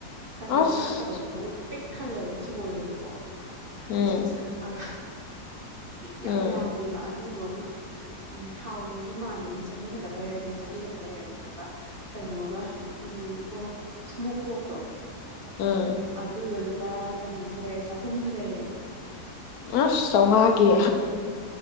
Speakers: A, on the right; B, on the left.
A: ꯀꯟꯇꯦꯅꯔ
B: ꯑꯁ
A: ꯑꯆꯧꯕ ꯄꯤꯛ ꯊꯜꯂꯦꯕ ꯆꯣꯜꯂꯦꯕꯀꯣ
B: ꯎꯝ
A: ꯄꯤꯁ ꯄꯤꯁ ꯀꯛ ꯑꯒ ꯌꯥꯝ
B: ꯎꯝ
A: ꯌꯥꯝꯃꯦꯕ ꯑꯗꯨꯗꯣꯉꯣ ꯎ ꯍꯥꯎꯗꯧꯁꯨ ꯃꯥꯟꯗꯝꯅꯤꯅ ꯆꯅꯤ ꯈꯛꯇ ꯂꯩꯔꯁꯦ ꯆꯅꯤ ꯈꯛꯇ ꯂꯩꯔꯦ ꯑꯗꯨꯗꯨꯒ ꯀꯩꯅꯣꯒ ꯎꯝ ꯑꯣ ꯁꯃꯣꯛ ꯄꯣꯛꯇꯣ
B: ꯎꯝ
A: ꯑꯗꯨꯗꯣ ꯂꯨꯄꯥ ꯀꯩꯅꯣꯒꯤ ꯂꯩꯔꯦ ꯆꯍꯨꯝꯒꯤ ꯂꯩꯔꯦꯕ
B: ꯑꯁ ꯆꯝꯉꯥꯒꯤ